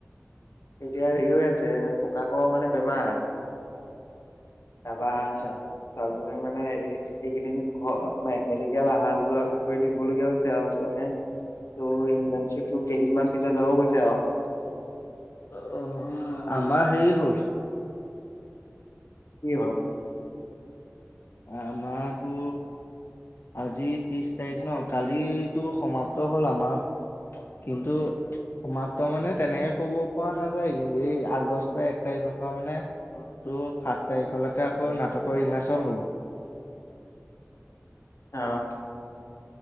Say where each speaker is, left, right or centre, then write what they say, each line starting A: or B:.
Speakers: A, on the left; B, on the left.
A: এতিয়া হেৰি হৈ আছে ককাকৰ মানে বেমাৰ। তাৰপৰা
B: আচ্ছা
A: ছোৱালী জনীয়ে মানে এই এইকেইদিন অ' মেডিকেল অহা যোৱা কৰি থাকিবলগীয়া হৈছে আৰু সেইটো মানে <unintelligible> যাব গৈছে আৰু।
B: অ' আমাৰ হেৰি হ'ল।
A: কি হল।
B: আমাৰ তো আজি ত্ৰিশ তাৰিখ ন কালিতো সমাপ্ত হ'ল আমাৰ। কিন্তু সমাপ্ত মানে তেনেকে ক'ব পৰা নাযায় কিন্তু এই আগষ্ট এক তাৰিখ তাৰিখৰ পৰা মানে টো সাত তাৰিখলৈকে আকৌ নাটকৰ ৰিহাৰ্চেল হ'ব।
A: অ'